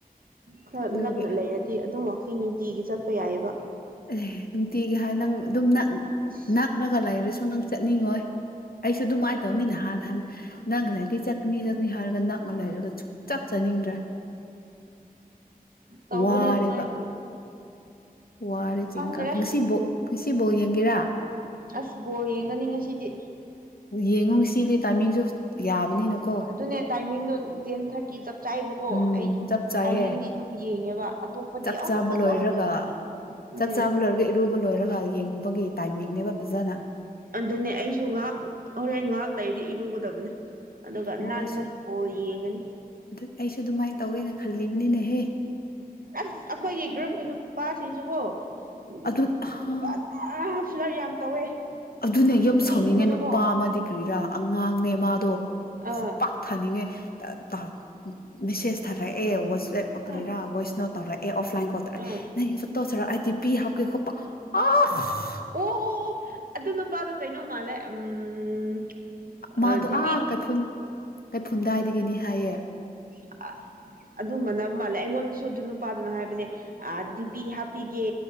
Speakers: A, on the right; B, on the left.
A: ꯈꯔ
B: ꯑꯗꯨꯒꯤ
A: ꯅꯛꯅ ꯂꯩꯔꯗꯤ ꯑꯗꯨꯝ ꯋꯥꯀꯤꯡ ꯅꯨꯡꯇꯤꯒꯤ ꯆꯠꯄ ꯌꯥꯏꯌꯦꯕ
B: ꯑꯦ ꯅꯨꯡꯇꯤꯒꯤ ꯍꯥꯏ ꯅꯪ ꯑꯗꯨꯝ ꯅꯛ
A: ꯑꯁ
B: ꯅꯛꯂꯒ ꯂꯩꯔꯁꯨ ꯅꯪ ꯆꯠꯅꯤꯡꯉꯣꯏ ꯑꯩꯁꯨ ꯑꯗꯨꯃꯥꯏꯅ ꯇꯧꯅꯤꯅ ꯍꯥꯟ ꯍꯥꯟꯅ ꯅꯪꯅ ꯂꯩꯗꯤ ꯆꯥꯛꯅꯤ ꯆꯛꯅꯤ ꯍꯥꯏꯔꯒ ꯅꯛꯅ ꯂꯩꯔꯒ ꯆ ꯆꯥꯅꯤꯡꯗ꯭ꯔꯦ
A: ꯇꯧꯕꯅꯦ
B: ꯋꯥꯔꯦꯕ
A: ꯑꯗꯨꯃꯥꯏꯅꯁꯨ
B: ꯋꯥꯔꯦ ꯆꯤꯡꯀꯥ
A: ꯈꯪꯗ꯭ꯔꯦ
B: ꯉꯁꯤꯕꯧ ꯉꯁꯤ ꯕꯣꯜ ꯌꯦꯡꯒꯦꯔꯥ
A: ꯑꯁ ꯕꯣꯜ ꯌꯦꯡꯒꯅꯤ ꯉꯁꯤꯗꯤ
B: ꯌꯦꯡꯉꯨ ꯉꯁꯤꯗꯤ ꯇꯥꯏꯃꯤꯡꯁꯨ ꯌꯥꯕꯅꯤꯅꯀꯣ
A: ꯑꯗꯨꯅꯦ ꯇꯥꯏꯃꯤꯡꯗꯣ ꯇꯦꯟ ꯊ꯭ꯔꯥꯠ ꯀꯤ ꯆꯞ ꯆꯥꯏꯕꯀꯣ
B: ꯎꯝ
A: ꯑꯩꯗꯨ
B: ꯆꯞ ꯆꯥꯏꯌꯦ
A: ꯇꯥꯏꯃꯤꯡꯗꯤ ꯑꯗꯨꯝ ꯌꯦꯡꯉꯦꯕ ꯑꯇꯣꯞꯄꯗꯤ
B: ꯆꯥꯛ ꯆꯥꯕ
A: ꯑꯁ ꯀꯗꯥꯏꯗꯒꯤ
B: ꯂꯣꯏꯔꯒ
A: ꯎꯝ
B: ꯆꯥꯛ ꯆꯥꯕ ꯂꯣꯏꯔꯒ ꯏꯔꯨꯕ ꯂꯣꯏꯔꯒ ꯌꯦꯡꯕꯒꯤ ꯇꯥꯏꯃꯤꯡꯅꯦ ꯐꯖꯥꯅ
A: ꯑꯗꯨꯅꯦ ꯑꯩꯁꯨ ꯉꯥꯏꯍꯥꯛ ꯍꯣꯔꯦꯟ ꯉꯥꯏꯍꯥꯛ ꯂꯩꯔꯤꯗꯤ ꯏꯔꯨꯒꯗꯕꯅꯦ ꯑꯗꯨꯒ
B: ꯑꯣ
A: ꯅꯟꯅ
B: ꯑꯩꯁꯨ
A: ꯕꯣꯜ ꯌꯦꯡꯉꯅꯤ
B: ꯑꯗꯨ ꯑꯩꯁꯨ ꯑꯗꯨꯃꯥꯏꯅ ꯇꯧꯒꯦꯅ ꯈꯜꯂꯤꯕꯅꯤꯅꯦꯍꯦ
A: ꯑꯁ ꯑꯩꯈꯣꯏꯒꯤ ꯒ꯭ꯔꯨꯞꯀꯤ ꯅꯨꯄꯥꯁꯤꯡꯁꯨꯀꯣ ꯎꯝ
B: ꯑꯗꯨ
A: ꯑꯗꯨꯒ
B: ꯍꯥ
A: ꯑꯗꯥ ꯐ꯭ꯂꯔ ꯌꯥꯝ ꯇꯧꯋꯦ
B: ꯑꯗꯨꯅ
A: ꯐꯨꯅꯤꯡꯕꯗꯀꯣ
B: ꯌꯨꯝ ꯁꯧꯅꯤꯡꯉꯦ ꯅꯨꯄꯥ ꯑꯃꯗꯤ ꯀꯒ꯭ꯔꯤꯔꯥ ꯑꯉꯥꯡꯅꯦ ꯃꯥꯗꯣ
A: ꯑꯥ
B: ꯈꯨꯄꯥꯛꯊꯅꯤꯡꯉꯦ ꯇ ꯇꯥ ꯃꯁꯦꯁ ꯊꯥꯔꯛꯑꯦ ꯋꯆꯦꯞ ꯀꯔꯤꯔꯥ
A: ꯑꯥ
B: ꯅꯣꯏꯁꯅ ꯇꯧꯔꯛꯑꯦ ꯑꯣꯐ ꯥꯂꯥꯏꯟ ꯀꯣꯜꯇ
A: ꯑꯥ
B: ꯅꯪꯒꯤ ꯐꯣꯇꯣꯁꯦ ꯑꯏ ꯗꯤ ꯄꯤ ꯍꯥꯞꯀꯦ ꯈꯣꯠꯄ ꯑꯥ <inaudible>
A: ꯑꯣ ꯑꯣ ꯑꯣ ꯑꯗꯨ ꯅꯨꯄꯥꯗꯣ ꯀꯩꯅꯣ ꯃꯥꯜꯂꯦ ꯎꯝ
B: ꯃꯥꯗꯣ
A: ꯗꯤꯄꯤ
B: ꯑꯥ ꯀꯩꯐꯨꯟ ꯀꯩꯐꯨꯜꯗꯥꯏꯗꯒꯤꯅꯤ ꯍꯥꯏꯌꯦ
A: <inaudible> ꯑꯗꯨꯝ ꯃꯥꯟꯅꯕ ꯃꯥꯜꯂꯦ ꯑꯩꯉꯣꯟꯗꯁꯨ ꯑꯗꯨ ꯅꯨꯄꯥꯗꯨꯅ ꯍꯥꯏꯕꯅꯦ ꯑ ꯗꯤꯄꯤ ꯍꯥꯞꯄꯤ ꯀꯦ